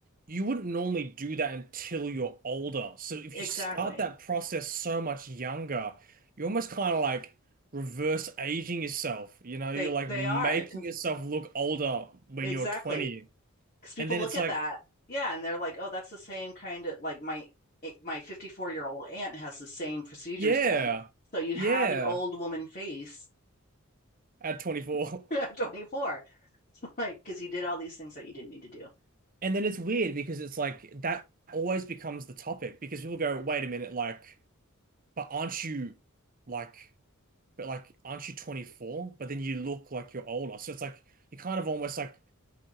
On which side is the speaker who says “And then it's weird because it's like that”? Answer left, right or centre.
Right